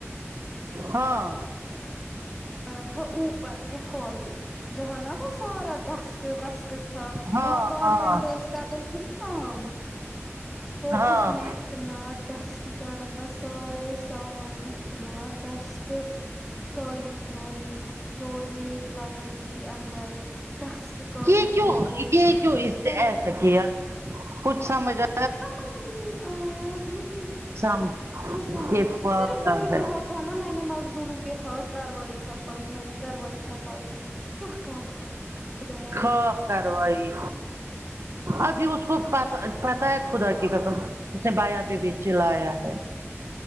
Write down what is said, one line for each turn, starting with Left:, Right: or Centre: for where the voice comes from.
Right: ہاں
Centre: گیا تھا اوپر کے ہال میں جہاں نا وہ سارا ڈسٹ وسٹ تھا
Right: ہاں
Centre: وہاں کارپینٹرس
Right: ہاں
Centre: کر رہے تھے نا کام تو
Right: ہاں
Centre: اس میں اتنا ڈسٹ چڑھا تھا سارے سامان میں اتنا ڈسٹ کالین بالین کو ریت پڑ گئی تھی اندر ڈسٹ قالینوں
Right: یے کیوں
Centre: کو
Right: یے کیوں اس
Centre: سا
Right: نے ایسا کیا کچھ سمجھ آ
Centre: سمجھ ہی نہیں آیا نہیں
Right: سم
Centre: کہاں سمجھ
Right: یہ پاگل
Centre: صرف بول رہا
Right: ہے
Centre: تھا تھا نا میں نے مزدوروں کے ہر کاروائی سفائی میں نے کاروائی سفائی کیا کروایا تھا خدایا
Right: خواہ
Centre: رحم
Right: کاروائی ابھی اس کو پا پتہ ہے خدا کی قسم اس نے بایا پے بھی چلایا ہے